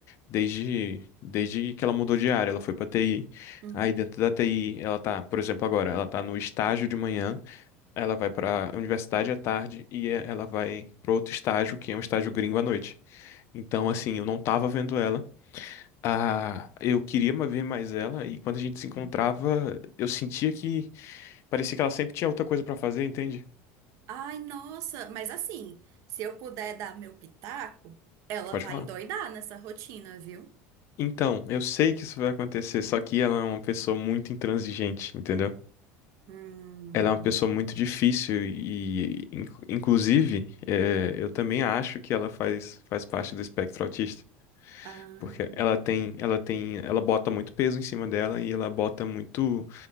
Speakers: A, on the left; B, on the right.
A: desde desde que ela mudou de área, ela foi pra TI.
B: uhum.
A: Aí dentro da TI, ela tá, por exemplo, agora, ela tá no estágio de manhã ela vai para a universidade à tarde e é- ela vai para outro estágio, que é um estágio gringo à noite. Então, assim, eu não tava vendo ela. Ah, eu queria ma- ver mais ela e quando a gente se encontrava, eu sentia que parecia que ela sempre tinha outra coisa para fazer, entende?
B: Ai, nossa, mas assim, se eu puder dar meu pitaco, ela
A: Pode
B: vai
A: falar.
B: endoidar nessa rotina, viu?
A: Então, eu sei que isso vai acontecer, só que ela é uma pessoa muito intransigente, entendeu?
B: Hum.
A: Ela é uma pessoa muito difícil e, in- inclusive, eh, eu também acho que ela faz, faz parte do espectro autista.
B: Ah,
A: Porque ela tem, ela tem, ela bota muito peso em cima dela e ela bota muito